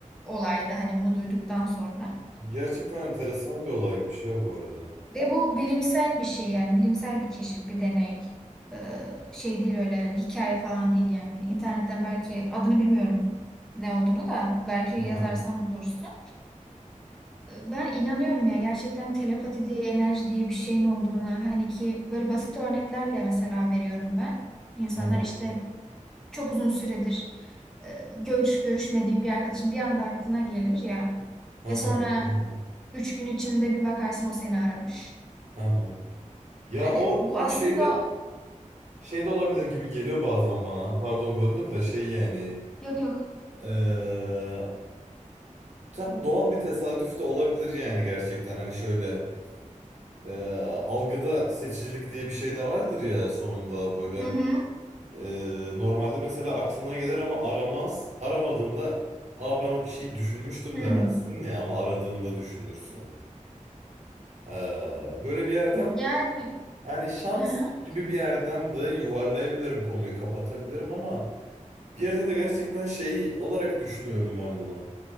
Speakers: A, in the centre; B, on the right (about 60°).
A: olaydı hani bunu duyduktan sonra.
B: Gerçekten enteresan bir olaymış ha bu arada.
A: Ve bu bilimsel bir şey yani bilimsel bir keşif, bir deney. Ee, şey değil öyle hikaye falan değil yani. İnternetten belki adını bilmiyorum ne olduğunu da belki yazarsan
B: Aha.
A: bulursun. Ee, Ben inanıyorum ya gerçekten telepati diye enerji diye bir şeyin olduğuna. Hani ki böyle basit örneklerle mesela veriyorum ben. İnsanlar
B: Aha.
A: işte çok uzun süredir e, görüş görüşmediğin bir arkadaşın bir anda aklına gelir ya
B: Aha.
A: ve sonra
B: Aha.
A: üç gün içinde bir bakarsın o seni aramış.
B: Aha. Ya
A: Yani
B: o
A: bu
B: o
A: aslında
B: şeyde şeyde olabilir gibi geliyor bazen bana. Pardon böldüm de şey yani.
A: Yok yok.
B: eee, tam doğal bir tesadüf de olabilir yani gerçekten. Hani şöyle eee, algıda seçicilik diye bir şey de vardır ya sonunda böyle
A: Hı hı.
B: Ee, normalde mesela aklına gelir ama aramaz. Aramadığında Aa ben o kişiyi düşünmüştüm
A: Hı.
B: demezsin ya ama aradığında düşünürsün. Ee, böyle bir yerden
A: Yani
B: hani şans
A: hı hı.
B: gibi bir yerden de yuvarlayabilirim konuyu kapatabilirim ama bir yerde de gerçekten şey olarak düşünüyorum ben bunu.